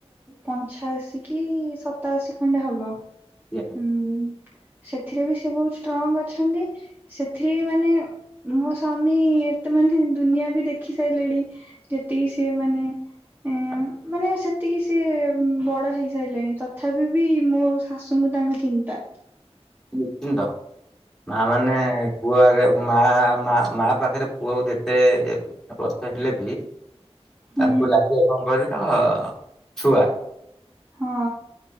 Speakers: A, on the right (about 20°); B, in the centre.
A: ପଞ୍ଚାଅଶୀ କି ସତାଅଶୀ ଖଣ୍ଡେ ହବ।
B: ଆଜ୍ଞା
A: ହୁଁ ସେଥିରେ ବି ସେ ବହୁତ ଷ୍ଟ୍ରଙ୍ଗ ଅଛନ୍ତି। ସେଥିରେ ମାନେ ମୋ ସ୍ଵାମୀ ଏତେ ମାନେ ଦୁନିଆ ବି ଦେଖି ସାରିଲେଣି। ଏତିକି ସେ ମାନେ
B: <inaudible>
A: ଏ ମାନେ ସେତିକି ସିଏ ବଡ ହେଇସାରିଲେଣି ତଥାପି ବି ମୋ ଶାଶୁଙ୍କୁ ତାଙ୍କ ଚିନ୍ତା।
B: ନିଶ୍ଚିନ୍ତ। ମା ମାନେ ପୁଅ ଆଗେ ମା ମା ମା ପାଖରେ ପୁଅ ଯେତେ ବର୍ଷ ହେଲେ ବି
A: ହୁଁ
B: ତାଙ୍କୁ ଲାଗିବ କଣ କହିଲ ଛୁଆ।
A: ହଁ